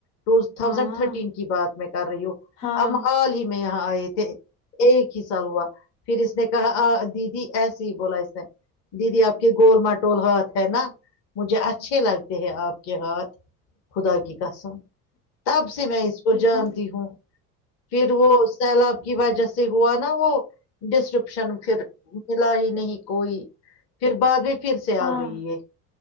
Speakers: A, on the left; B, on the left.
A: ٹو تھاؤزینڈ
B: ہاں
A: تھرٹین کی بات میں کر رہی ہوں
B: ہاں
A: ہم حال ہی میں یہاں آئے تھے ایک ہی سال ہوا پھر اس نے کہا آ دیدی ایسی ہی بولا اسنے دیدی آپ کے گول مٹول ہاتھ ہے نا مجھے اچھے لگتے ہیں آپ کے ہاتھ خدا کی قسم تب سے میں اس کو
B: دیکھا
A: جانتی ہوں پھر وہ سیلاب کی وجہ سے ہوا نا وہ ڈسکرپشن پھر ملا ہی نہیں کوئی پھر بعد میں پھر سے آ
B: ہاں
A: گئی ہے